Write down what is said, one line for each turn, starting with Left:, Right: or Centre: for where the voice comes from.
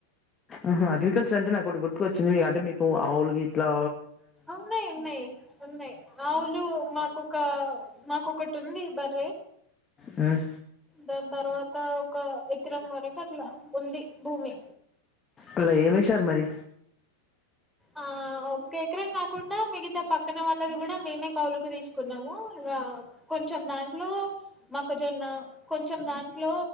Left: ఆహా అగ్రికల్చర్ అంటే నాకు ఒకటి గుర్తుకొచ్చింది అంటే మీకు ఆవులు గీట్లా
Centre: ఉన్నాయి ఉన్నాయి ఉన్నాయి ఆవులు మాకు ఒక ఒకటి ఉంది బరే
Left: హుమ్
Centre: దాని తర్వాత ఒక ఎకారం వరకు అట్లా ఉంది భూమి
Left: అట్లా ఏమేశారు మరి
Centre: ఆ ఒక ఎకరం కాకుండా మిగతా పక్కన వాళ్ళది కూడా మేమే కౌలుకు తీసుకున్నాము ఇగ కొంచెం దాంట్లో మొక్కజొన్న కొంచెం దాంట్లో